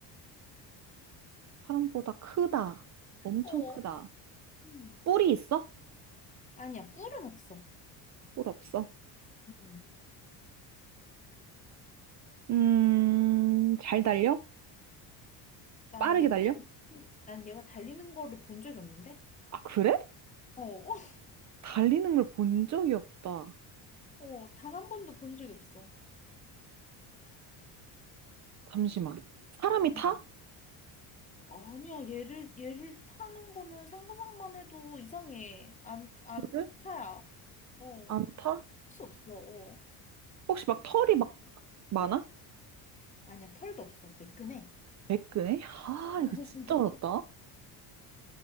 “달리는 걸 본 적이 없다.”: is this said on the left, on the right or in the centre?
Right